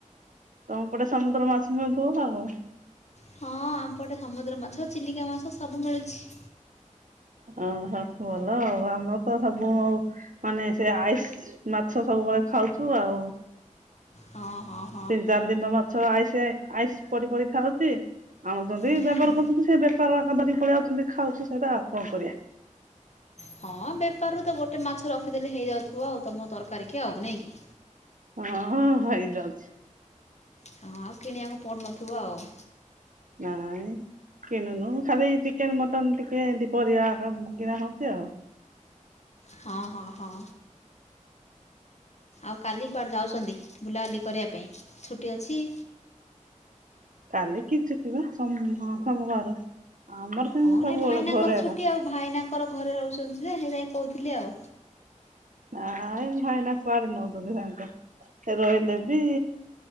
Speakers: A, on the right; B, on the left.
A: ତମ ପଟେ ସମୁଦ୍ର ମାଛ ମିଳୁଉଥିବ ଆଉ।
B: ହଁ ଆମପଟେ ସମୁଦ୍ର ମାଛ ଚିଲିକା ମାଛ ସବୁ ମିଳୁଛି।
A: ଅହ ଭଲ ଆଉ ଆମର ତ ସବୁ ଆଉ ମାନେ ସେ ଆଇସ ମାଛ ସବୁବେଳେ ଖାଉଛୁ ଆଉ।
B: ହଁ ହଁ
A: ତିନି ଚାରି ଦିନ ମାଛ ଆଇ ଆଇସ ପଡି ପଡି ଖାଉଥିବେ ଆଣୁଛନ୍ତି
B: ହୁଁ।
A: ବେବହାର କରୁଛନ୍ତି ସେ ାର କାିକ ପଳଆାଉଛନ୍ତି ଖାଉୁ ସେଇଟା ଆଉ କଣ କରିବା।
B: ହଁ ବେପାରରୁ ତ ଗୋଟେ ମାଛ ରଖିଦେଲେ ହେଇଯାଉଥିବ ଆଉ ତମ ତରକାରୀ କି ଆଉ ନାଇଁ କି?
A: ହଁ ହେଇଯାଉଛି।
B: ହଁ ଆଉ କିଣିବାକୁ ପଡ଼ୁନଥିବ ଆଉ?
A: ନାହିଁ କିଣୁନୁ ଖାଲି ଚିକେନ ମଟନ ଟିକେ ଦିପରିଆ କିଣା ଖାଉଛି ଆଉ।
B: ହଁ ହଁ ହଁ ଆଉ କାଲି କୁଆଡ଼େ ଯାଉଛନ୍ତି ବୁଲାବୁଲି କରିବା ପାଇଁ ଛୁଟି ଅଛି।
A: କାଲି କି ଛୁଟିବାଁ ସୋମବାର। ଆମର ସେମିତି
B: ହଁ
A: ସବୁବେଳେ
B: ନାଇଁ ଭାଇନାଙ୍କର
A: ଘରେ
B: ଛୁଟି
A: ଏକା
B: ଆଉ ଭାଇନାଙ୍କର ଘରେ ରହୁଛନ୍ତି ଯେ ସେଇପାଇ କହୁଥିଲି ଆଉ।
A: ନାଇଁ ଭାଇନା କୁଆଡେ ନଉଛନ୍ତି ତାଙ୍କ ସେ ରହିଲେ ବି